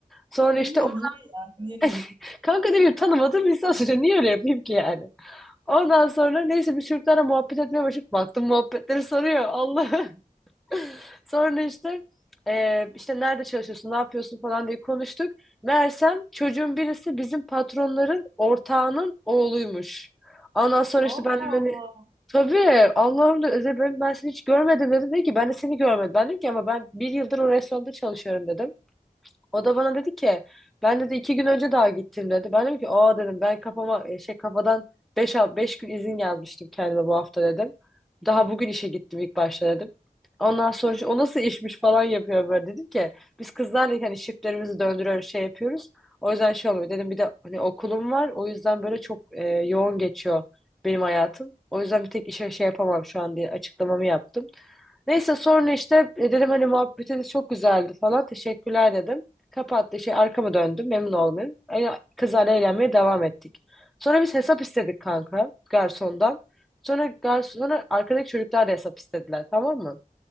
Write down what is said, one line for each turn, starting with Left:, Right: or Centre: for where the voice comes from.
Centre: Sonra
Right: Niye
Centre: işte o-
Right: niye yani?
Centre: <laughs> kanka ne bileyim tanımadığım insan söylüyor. Niye öyle yapayım ki yani? Ondan sonra neyse biz Türklerle muhabbet etmeye başladık. Baktım muhabbetleri sarıyor. Allah. <laughs> Sonra işte eee, işte nerede çalışıyorsun, ne yapıyorsun falan diye konuştuk. Meğersem çocuğun birisi bizim patronların ortağının oğluymuş. Ondan sonra
Right: Allah
Centre: işte ben
Right: Allah.
Centre: de böyle tabii Allah'ım da Özel ben, ben seni hiç görmedim dedim. Dedi ki ben de seni görmedim. Ben dedim ki ama ben bir yıldır o restoranda çalışıyorum dedim. O da bana dedi ki ben dedi iki gün önce daha gittim dedi. Ben dedim ki aa dedim ben kafama e, şey kafadan 5 beş gün izin yazmıştım kendime bu hafta dedim. Daha bugün işe gittim ilk başta dedim. Ondan sonra işte, o nasıl işmiş falan yapıyor böyle dedim ki biz kızlarla hani shiftlerimizi döndürüyoruz şey yapıyoruz. O yüzden şey olmuyor dedim bir de hani okulum var o yüzden böyle çok e, yoğun geçiyor benim hayatım. O yüzden bir tek işe şey yapamam şu an diye açıklamamı yaptım. Neyse sonra işte e, dedim hani muhabbetiniz çok güzeldi falan. Teşekkürler dedim. Kapattı şey arkama döndüm. Memnun oldum. Yani kızlarla eğlenmeye devam ettik. Sonra biz hesap istedik kanka garsondan. Sonra garson, sonra arkadaki çocuklar da hesap istediler tamam mı?